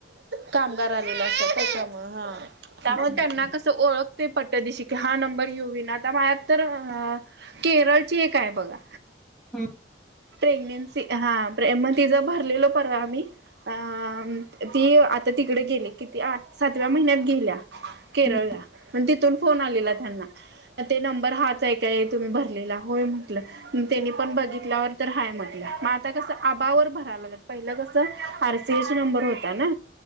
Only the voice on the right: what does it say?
कामगार आलेल असता त्याच्यामुळे हा, त्यामुळं
काय त्यांना
कस ओळखतय पट दिसिन हा नंबर युवीन आता माझ्या तर. केरळची एक आहे बघा.
प्रेग्नेन्सी हाे मग तिचा भरलेल परवा आम्ही. अ ती आता तिकडे गेली किती आठ सातव्या महिन्यात गेल्या, केरळला
पण तिथून फोन आलेला त्यांना. ते नंबर हाच आहे काय? तुम्ही भरलेला होय म्हटलं. त्यांनी पण बघितल्यावर तर हाय म्हटलं मग आता कस आबावर भरायलागलेत पहिलं कस आरसीआयसि नंबर होताना